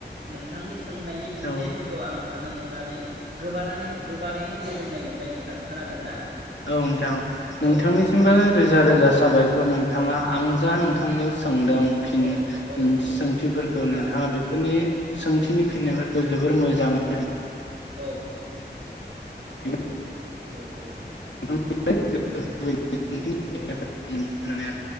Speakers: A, on the right; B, on the left.
A: नोंथांनि सोंनायनि फिननायफोरखौ
B: औ
A: आं होनो मोननानै गोबानानै गोबारैनो गोजोननाय मोनबाय नोंथां खोनादोंना?
B: औ नोंथां
A: औ
B: नोंथांनिसिमबो
A: औ
B: रोजा रोजा
A: औ
B: साबायखर नोंथाङा आं जा नोंथांनियाव सोंदों फिन
A: औ औ
B: ओम
A: औ
B: सोंथिफोरखौ
A: थारैनो
B: नोंथाङा बेफोरनि
A: औ
B: सोंथिनि फिननायफोरखौ
A: औ
B: जोबोर मोजां <unintelligible>
A: औ औ
B: गोजोननाय थाबाय।
A: औ औ औ औ।
B: <unintelligible> आसा खालामनाय
A: औ औ